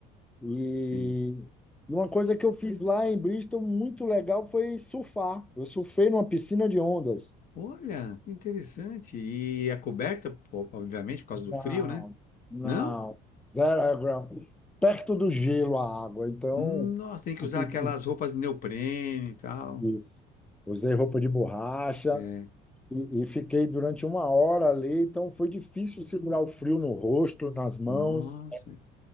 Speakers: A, in the centre; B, on the left.
A: E,
B: sim.
A: e uma coisa que eu fiz lá em Bristol muito legal foi surfar. Eu surfei numa piscina de ondas.
B: Olha, que interessante. E a coberta, po- obviamente, por causa do
A: Não,
B: frio, né?
A: não,
B: Não?
A: zero grau. Perto do gelo a água, então
B: Nossa, tem que
A: você
B: usar
A: tem
B: aquelas
A: que.
B: roupas de neoprene e tal.
A: Isso. Usei roupa de borracha
B: É.
A: e, e fiquei durante uma hora ali, então foi difícil segurar o frio no rosto, nas mãos,
B: Nossa.